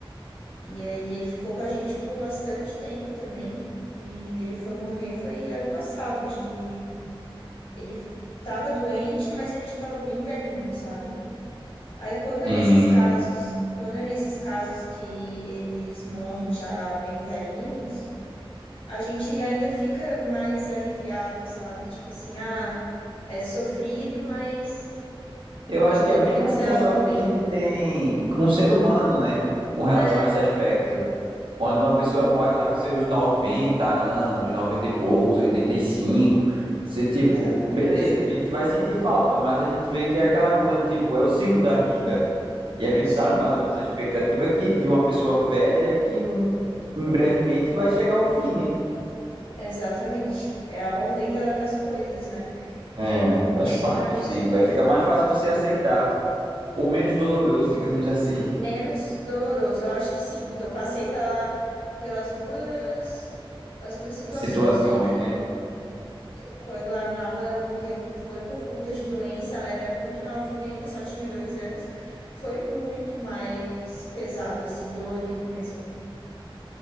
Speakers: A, on the left; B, on the right.
A: E aí ele ficou com a gente por bastante tempo também. E ele foi morrer foi ano passado de ele estava doente, mas ele já estava bem velhinho, sabe? Aí quando é
B: hum,
A: nesses casos, quando é nesses casos que eles morrem já bem velhinhos, a gente ainda fica mais aliviado, sabe? Tipo assim, ah, é sofrido, mas
B: eu
A: mas
B: acho
A: pelo
B: que é a mesma
A: menos
B: sensação
A: é a ordem.
B: que a gente tem com o ser humano, né? Com relação
A: É,
B: a esse aspecto. Quando
A: uhum,
B: uma pessoa morre lá com seus 90 anos, 90 e poucos, 85, você, tipo,
A: exatamente.
B: beleza, a gente vai sentir falta, mas a gente vê que é aquela coisa, tipo, é o ciclo da vida. E a gente
A: Sim,
B: sabe mais ou menos a expectativa que de uma pessoa velha é que um, em brevemente vai chegar ao fim, né?
A: exatamente. É a ordem da- das coisas, né?
B: É,
A: E com o
B: faz
A: bichinho
B: parte
A: é a
B: do
A: mesma
B: ciclo.
A: coisa.
B: Aí fica mais fácil você aceitar, ou menos doloroso,
A: Fica
B: <laughs> digamos assim,
A: menos doloroso, eu acho que sim, porque eu passei pela, pelas duas as duas situações,
B: situações,
A: né? De,
B: né?
A: quando a Nala morreu, que foi por conta de doença, ela era muito novinha ainda, só tinha dois anos, foi muito mais pesado, assim, dolorido mesmo.